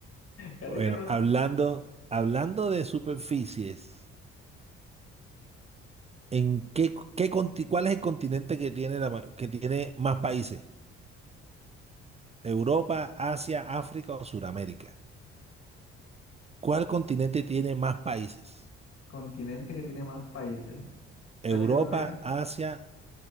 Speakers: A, on the left; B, on the right.
A: Casi
B: Bueno,
A: que no.
B: hablando, hablando de superficies. ¿En qué, qué conti- cuál es el continente que tiene, la ma- que tiene más países? ¿Europa, Asia, África o Sudamérica? ¿Cuál continente tiene más países?
A: Continente que tiene más países.
B: ¿Europa,
A: Repíteme otra vez.
B: Asia,